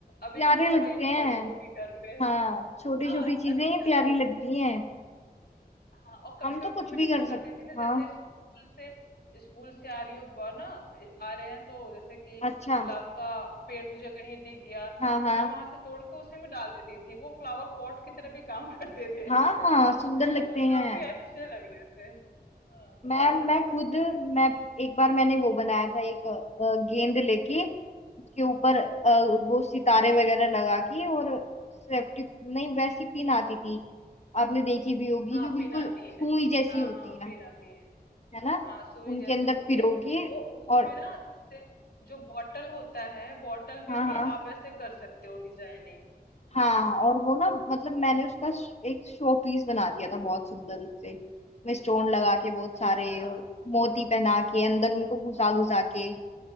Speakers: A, on the left; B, on the left.
A: अभी
B: प्यारे
A: भी वो
B: लगते
A: वहीं पे
B: हैं
A: पड़ी होगी घर पे
B: हाँ छोटी
A: हाँ
B: छोटी
A: अच्छे
B: चीजें
A: अच्छे
B: ही
A: लग
B: प्यारी
A: रहे थे
B: लगती हैं
A: और कभी
B: हम
A: कभी
B: तो कुछ
A: मैं
B: भी
A: ऐसा
B: कर सकते
A: करती थी
B: हैं
A: ना जैसे
B: हाँ
A: स्कूल से स्कूल से आ रही हो ब- ना आ रहे हैं तो जैसे कि
B: अच्छा
A: गुलाब का पेड़ मुझे कहीं दिख गया
B: हाँ हाँ
A: तो मैं वहां से तोड़ के उसी में डाल देती थी वो फ्लावर पॉट की तरह भी काम करते थे
B: हाँ
A: <laughs>
B: हाँ सुंदर लगते
A: और
B: हैं
A: काफी अच्छे लग रहे थे हाँ क-
B: मैं
A: बहुत अच्छे
B: मैं खुद
A: लगते थे
B: मैं एक बार मैंने वो बनाया था एक अ, गेंद लेके उसके ऊपर अ,
A: हम्म,
B: वो सितारे वगैरह लगा के और सेफ्टी नहीं वैसी पिन आती थी आपने देखी भी होगी
A: हाँ
B: जो बिल्कुल
A: पिन आती
B: सुई
A: है
B: जैसी
A: हाँ
B: होती
A: हाँ
B: है
A: पिन आती है
B: है ना
A: हाँ सुई
B: उनके
A: जैसे
B: अंदर
A: होती
B: पिरो
A: है
B: के
A: वो उसमें
B: और
A: ना जैसे जो बॉटल होता है बॉटल में
B: हाँ
A: भी
B: हाँ
A: आप ऐसे कर सकते हो डिजाइनिंग
B: हाँ और वो ना मतलब मैंने उसका श- एक शो पीस बना दिया था बहुत सुंदर उससे उसमें स्टोन लगा के बहुत
A: अच्छा
B: सारे और मोती पहना के अंदर उनको घुसा घुसा के